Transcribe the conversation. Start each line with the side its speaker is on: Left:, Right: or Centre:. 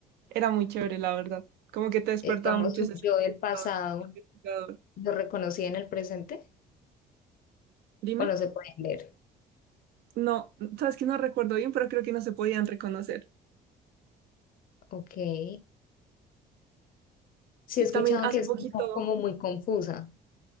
Right: Era muy chévere, la verdad. Como que te despertaba
Left: Digamos,
Right: mucho ese
Left: yo
Right: sentimiento
Left: del pasado.
Right: de investigador.
Left: ¿Lo reconocí en el presente
Right: Dime.
Left: o no se pueden ver?
Right: No, sabes que no recuerdo bien, pero creo que no se podían reconocer.
Left: Ok. Sí,
Right: Sí,
Left: he escuchado
Right: también hace
Left: que es
Right: poquito,
Left: como, como muy confusa.